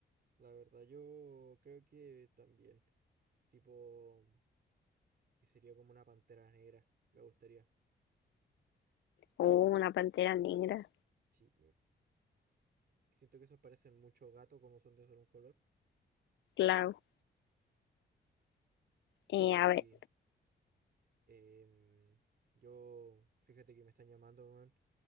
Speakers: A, on the right; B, on the left.
A: La verdad, yo creo que también. Tipo. Y sería como una pantera negra, me gustaría.
B: o una pantera negra.
A: Sí, siento que esos parecen mucho gato como son de solo un color,
B: Claro. Eh,
A: pero
B: a
A: sí.
B: ver.
A: em, yo, fíjate que me están llamando, weón,